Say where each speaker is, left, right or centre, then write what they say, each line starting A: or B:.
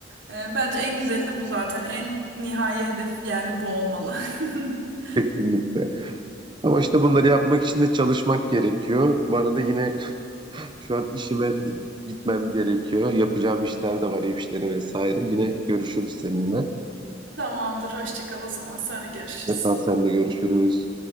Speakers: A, on the right (about 75°); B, on the right (about 25°).
A: E, bence en güzeli de bu zaten. En nihai hedef yani bu olmalı. <laughs>
B: Kesinlikle. Ama işte bunları yapmak için de çalışmak gerekiyor. Bana da yine <laughs> şu an işime gitmem gerekiyor. Yapacağım işler de var, ev işleri vesaire. Yine görüşürüz seninle.
A: Tamamdır, hoşça kal o zaman. Sonra görüşürüz.
B: Tekrar seninle görüşürüz.